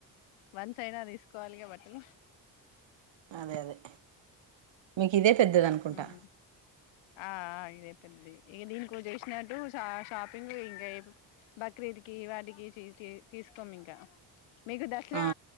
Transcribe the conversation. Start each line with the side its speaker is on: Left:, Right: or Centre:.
Left: వన్స్ అయినా తీసుకోవాలి గా బట్టలు.
Right: అదే అదే మీకు ఇదే పెద్దది అనుకుంటా
Left: ఉమ్ ఆ ఆ ఇదే పెద్దది, ఇ దీనికోజేసినట్టు షా షాపింగ్ ఇంకా బక్రీద్ కి వాటికి తీ తీసుకోము ఇంకా, మీకు దసరా
Right: ఆ